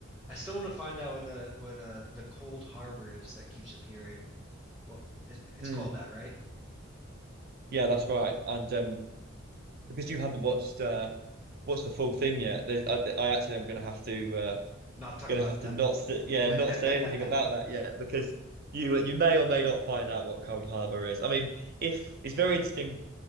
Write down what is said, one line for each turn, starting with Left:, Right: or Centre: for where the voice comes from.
Centre: I still want to find out what uh what uh the Cold Harbor is that keeps appearing. Well, it's
Right: Mm,
Centre: called that, right?
Right: yeah, that's right. And um, because you haven't watched uh, watched the full thing yet, there's- I, I actually am going to have to uh,
Centre: Not talk
Right: going
Centre: about
Right: to have to not say,
Centre: that.
Right: yeah not say anything about that yet because you you may or may not find out what Cold Harbor is. I mean, if it's very interesting